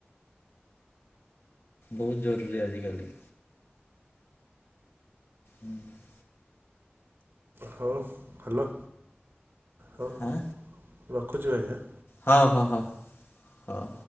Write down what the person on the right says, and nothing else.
ହଉ ହ୍ୟାଲୋ। ହଉ
ରଖୁଚି ଭାଇ।